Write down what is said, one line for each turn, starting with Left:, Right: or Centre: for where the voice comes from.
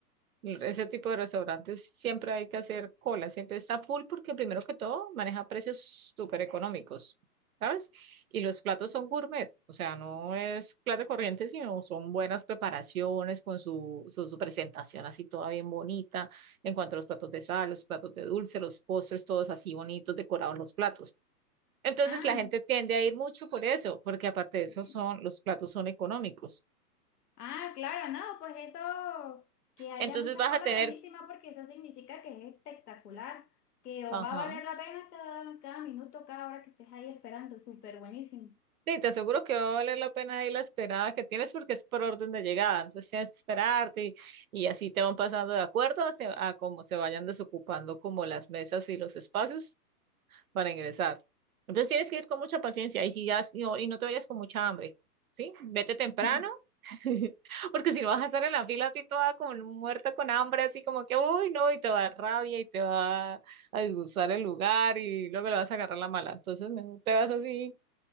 Right: Ese tipo de restaurantes siempre hay que hacer cola, siempre está full porque primero que todo maneja precios súper económicos, ¿sabes? Y los platos son gourmet, o sea, no es plato corriente, sino son buenas preparaciones con su, su, su presentación así toda bien bonita, en cuanto a los platos de sal, los platos de dulce, los postres, todos así bonitos, decorados los platos. Entonces
Left: Ah.
Right: la gente tiende a ir mucho por eso, porque aparte de eso
Left: <laughs>
Right: son, los platos son económicos.
Left: Ah, claro, no, pues eso, que haya
Right: Entonces
Left: mucha
Right: vas
Left: cola
Right: a tener,
Left: es buenísima porque eso significa que es espectacular, que os
Right: ajá.
Left: va a valer la pena cada, cada minuto, cada hora que estés ahí esperando, súper buenísimo.
Right: Sí, te aseguro que va a valer la pena ahí la esperada que tienes porque es por orden de llegada, entonces tienes que esperarte y, y así te van pasando de acuerdo a, se- a cómo se vayan desocupando como las mesas y los espacios para ingresar. Entonces tienes que ir con mucha paciencia y, si ya, y, no, y no te vayas con mucha hambre, ¿sí? Vete temprano
Left: <laughs>
Right: <laughs> porque si no vas a estar en la fila así toda como muerta con hambre, así como que, uy, no, y te va a dar rabia y te va a disgustar el lugar y luego le vas a agarrar la mala. Entonces mejor te vas así